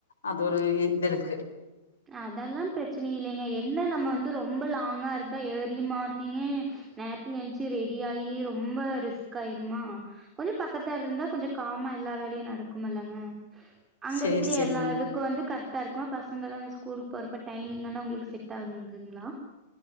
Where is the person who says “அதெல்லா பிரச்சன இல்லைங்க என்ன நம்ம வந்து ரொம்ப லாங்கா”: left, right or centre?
Right